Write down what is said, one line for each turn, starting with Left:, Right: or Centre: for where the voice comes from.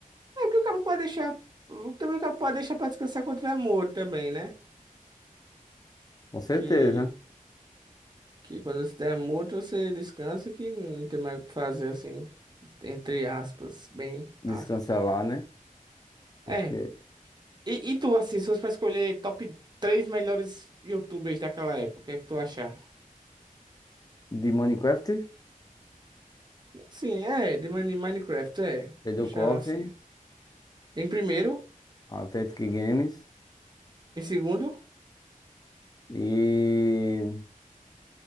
Right: É porque o cara pode deixar. o- Também o cara pode deixar pra descansar quando tiver morto também, né?
Left: Com certeza.
Right: Que, que quando você estiver morto, você descansa que não tem mais o que fazer, assim. Entre aspas, bem
Left: Descancelar,
Right: aspas.
Left: né?
Right: É.
Left: Porque
Right: E, e tu, assim, se fosse pra escolher top 3 melhores YouTubers daquela época, o que é que tu achar?
Left: de Minecraft,
Right: Sim, é, de Mine- Minecraft, é.
Left: Pedro
Right: Deixar
Left: Coffee,
Right: assim. Em primeiro,
Left: Authentic Games
Right: em segundo,
Left: e,